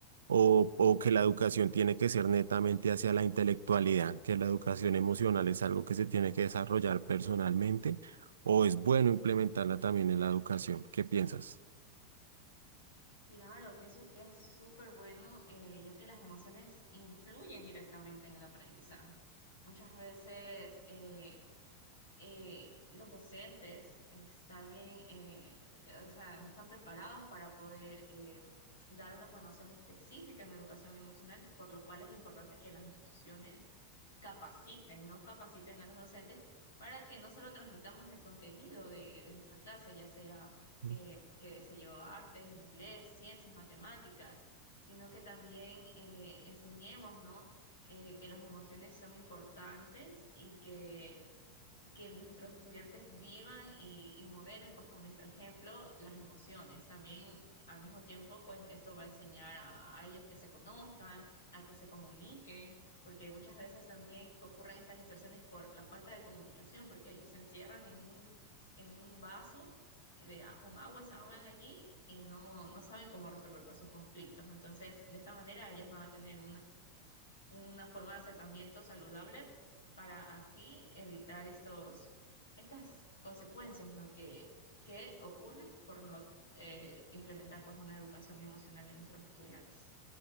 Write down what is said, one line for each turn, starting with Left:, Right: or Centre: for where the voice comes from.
Right: o, o que la educación tiene que ser netamente hacia la intelectualidad, que la educación emocional es algo que se tiene que desarrollar personalmente? ¿O es bueno implementarla también en la educación? ¿Qué piensas?
Left: Claro, pienso que es súper bueno, eh, ya que las emociones influyen directamente en el aprendizaje. Muchas veces eh, eh, los docentes está bien, eh, o sea, no están preparados para poder eh, dar una formación específica en educación emocional, por lo cual es importante que las instituciones capaciten, nos capaciten a los docentes para que no solo transmitamos el contenido de, de nuestra clase, ya sea,
Right: Ujú.
Left: eh, qué sé yo, artes, inglés, ciencias, matemáticas, sino que también eh, enseñemos, ¿no? eh, que las emociones son importantes y que que nuestros estudiantes vivan y, y modelen pues con nuestro ejemplo las emociones. También al mismo tiempo pues esto va a enseñar a, a ellos que se conozcan, a que se comuniquen, porque muchas veces también ocurren estas distorsiones por la falta de comunicación, porque ellos se encierran en un, en un vaso de, a- con agua, se ahogan allí y no, no saben cómo resolver pues, sus conflictos. Entonces de esta manera ellos van a tener una forma de acercamiento saludable para así evitar estos, estas consecuencias, ¿no? que, que ocurren por no eh, implementar pues, una educación emocional en nuestros estudiantes.